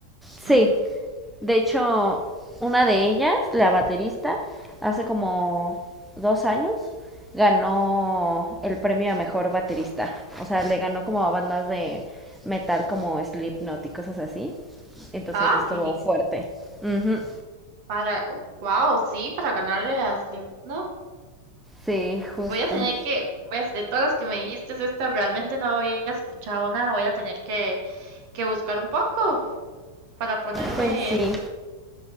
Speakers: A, in the centre; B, on the right.
A: Sí,
B: Ujú.
A: de hecho, una de ellas, la baterista, hace como dos años ganó el premio a mejor baterista. O sea, le ganó como a bandas de metal como Slipknot y cosas así. Entonces
B: Ah,
A: estuvo
B: genial.
A: fuerte. Ujú.
B: Para, wow, sí, para ganarle a Slim, no
A: Sí, justo.
B: Voy a tener que, pues, de todas las que me dijiste, esta realmente no había escuchado nada. Voy a tener que, que buscar un poco para ponerme
A: Pues sí,